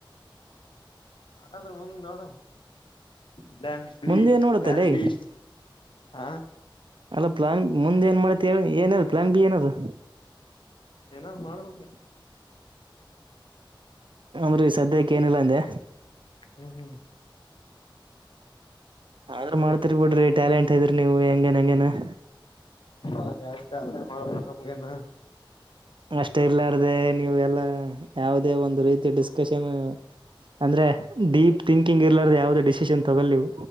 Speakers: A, on the left; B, on the right.
A: ಅಂದ್ರೆ ಮುಂದ ನೋಡು ಪ್ಲಾನ್ ಬಿ
B: ಮುಂದೆ ಏನ್ ನೋಡತ್ತಲ್ಲೇ
A: ಪ್ಲಾನ್ ಬಿ ಹಾ
B: ಅಲ್ಲ ಪ್ಲಾನ್ ಮುಂದೆ ಏನ್ ಮಾಡತ್ತೀ ಹೇಳ ಏನಾರ ಪ್ಲಾನ್ ಬಿ ಏನಾದು.
A: ಏನ್ ಮಾಡಬೇಕು
B: ಬರೀ ಸದ್ಯಕ್ಕೆ ಏನಿಲ್ಲಾ ಅಂದೆ.
A: ಹ್ಮ್
B: ಆದ್ರೂ
A: ನೋಡ್ಬೇಕು
B: ಮಾಡ್ತಿರಿ ಬಿಡ್ರಿ ಟ್ಯಾಲೆಂಟ್ ಇದ್ರಿ ನೀವು ಹೆಂಗನ್ ಹೆಂಗೇನ-
A: ಆ ಜಾಸ್ತಿ ಅದ್ರೆ ಮಾಡಬೋದು ನಮಗೇನು.
B: ಅಷ್ಟ ಇರ್ಲ್ಲಾರ್ದೆ ನೀವೆ ಎಲ್ಲಾ ಯಾವುದೇ ಒಂದು ರೀತಿ ಡಿಸ್ಕಷನ್ ಅಂದ್ರೆ ಡೀಪ್ ಥಿಂಕಿಂಗ್ ಇರಾರ್ರೆ ಯಾವುದೇ ಡಿಸಿಷನ್ ತಗೋ ನೀವು.